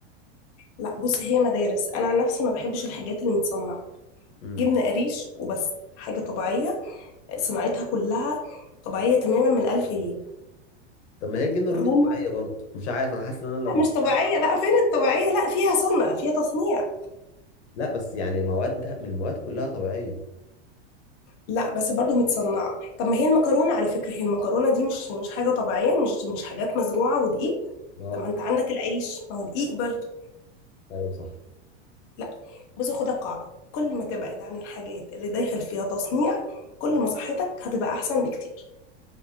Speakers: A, on the left; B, on the left.
A: لا بص هي مدارس انا عن نفسي ما بحبش الحاجات اللي متصنعه
B: امم
A: جبنه قريش وبس حاجه طبيعيه صناعتها كلها طبيعيه تماما من الالف للياء
B: طب ما هي الجبنه الرومي
A: الرومي
B: طبيعيه برضه مش عارف انا حاسس ان انا لو
A: لا
B: بعتها
A: مش طبيعيه لا فين الطبيعيه لا فيها صنع فيها تصنيع
B: لا بس يعني موادها من المواد كلها طبيعيه
A: لا بس برضو متصنعه طب ما هي المكرونه على فكره هي المكرونه دي مش مش حاجه طبيعيه مش مش حاجات مزروعه ودقيق
B: اه
A: طب ما انت عندك العيش ما هو دقيق برضو
B: ايوه صح
A: لا بص خد القاعده كل ما تبعد عن الحاجات اللي داخل فيها تصنيع كل ما صحتك هتبقى احسن بكتير